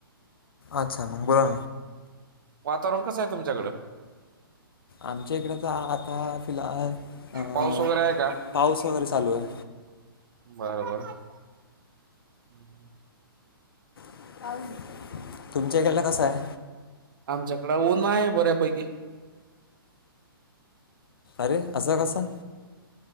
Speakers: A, on the left; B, on the right.
A: अच्छा बोला
B: वातावरण कसं हाय तुमच्याकडं
A: आमच्या इकडे का आता फिलहाल अं
B: पाऊस वगैरे आहे
A: पाऊस वगैरे चालू हाय.
B: बरोबर <inaudible>
A: <unintelligible> तुमच्या इकडं ला कसाय?
B: आमच्याकड ऊन आहे बऱ्यापैकी
A: अरे, असा कसा?